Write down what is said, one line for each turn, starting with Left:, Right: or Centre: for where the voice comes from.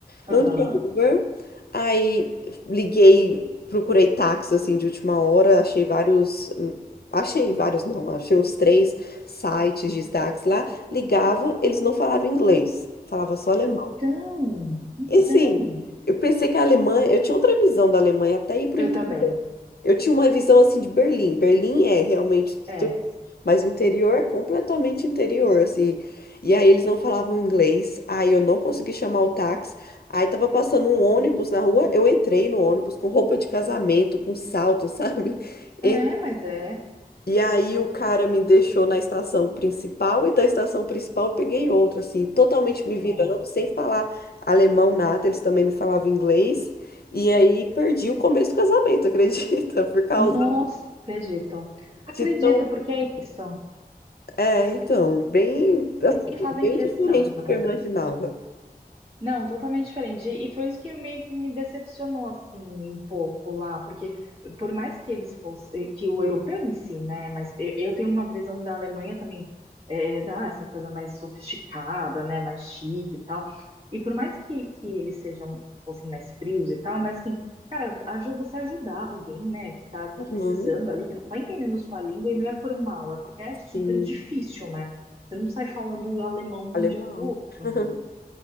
Right: Aham.
Left: Não tinha Uber. Aí liguei, procurei táxi assim de última hora, achei vários, hum, achei vários não, achei uns três sites de táxi lá, ligava, eles não falavam inglês, falava só alemão.
Right: Então, então.
Left: E assim, eu pensei que a Alemanha, eu tinha outra visão da Alemanha até ir pro
Right: Eu
Left: interior.
Right: também.
Left: Eu tinha uma visão assim de Berlim. Berlim é realmente
Right: É.
Left: mas o interior é completamente interior, assim. E aí eles não falavam inglês, aí eu não consegui chamar o táxi. Aí tava passando um ônibus na rua, eu entrei no ônibus com roupa de casamento, com salto, <laughs> sabe?
Right: É,
Left: E,
Right: mas é.
Left: e aí o cara me deixou na estação principal e da estação principal eu peguei outra, assim, totalmente me virando,
Right: Nossa.
Left: sem falar alemão nada, eles também não falavam inglês. E aí perdi o começo do casamento, <laughs> acredita? Por causa
Right: Não acredito. Acredito,
Left: de tão
Right: porque é isso.
Left: É, então, bem, assim,
Right: E fazem
Left: bem
Right: questão,
Left: diferente do que
Right: né?
Left: eu imaginava.
Right: Não, totalmente diferente. E foi isso que meio que me decepcionou assim um pouco lá, porque por mais que eles fossem, que o europeu em si, né? Mas eu, eu tenho uma visão da Alemanha também, é, da- essa coisa mais sofisticada, né? Mais chique e tal. E por mais que, que eles sejam fossem mais frios e tal, mas assim, cara, ajuda você ajudar alguém, né? Que tá, tá
Left: Uhum,
Right: precisando ali, que não tá entendendo sua língua e não é por mal, é porque é super
Left: sim,
Right: difícil, né? Você não sai falando alemão de
Left: alemão.
Right: um dia para o
Left: <laughs>
Right: outro.